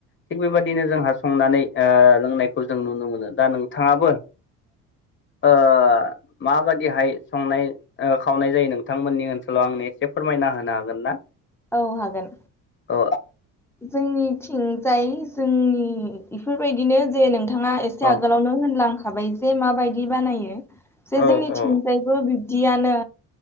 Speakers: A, on the left; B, in the centre.
A: थिग बेबायदिनो जोंहा संनानै ओ लोंनायखौ जों नुनो मोनो दा नोंथाङाबो ओ माबादिहाय संनाय खावनाय जायो नोंथांमोननि ओनसोलाव आंनो एसे फोरमायना होनो हागोन ना
B: औ हागोन
A: औ
B: जोंनिथिंजाय जोंनि इफोरबायदिनो जे नों नोंथाङा एसे
A: औ
B: आगोलावनो होनलांखाबाय जे माबायदि बानायो जे
A: औ
B: जोंनिथिंजायबो
A: औ
B: बिब्दियानो